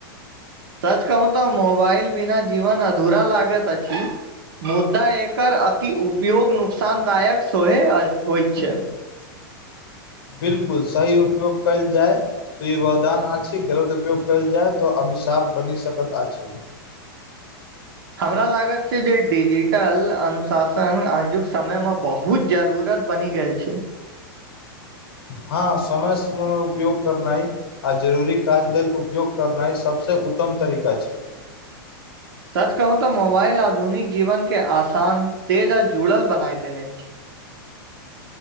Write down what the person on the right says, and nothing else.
सच कहू तऽ मोबाइल बिना जीवन अधूरा लागत अछ मुदा एकर अति उपयोग नुकसानदायक सोहे होइत छ
हमरा लागत छै जे डिजिटल अनुशासन अजुक समय मे बहु बुत जरूरत बनि गेल छ
सच कहू तऽ मोबाइल आधुनिक जीवन के आसान तेज आ जुड़ल बनाई देन